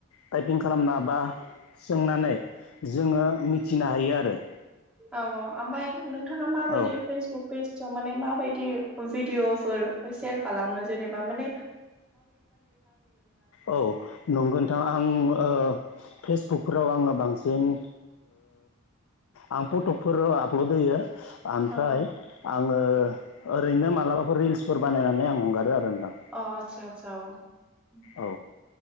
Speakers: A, on the left; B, in the centre.
A: टाइपिं खालामना बा सोंनानै जोङो मिथिनो हायो आरो
B: औ औ ओमफ्राय नोंथाङा माबायदि
A: औ
B: फेसबुक पेज दं माने माबायदि बिदिय फोर सायार खालामो जेनेबा म
A: औ नंगौ नोंथां आं फेसबुकफोराव आङो बांसिन आं फतक फोर आपलद होयोऊ ओमफ्राय
B: औ
A: आंङो ओरैनो मालाबाफोर रिल्सफोर बानायनानै आं हंगारो आरो नोंथां
B: अ आतसा आतसा औ क्षयशश
A: औ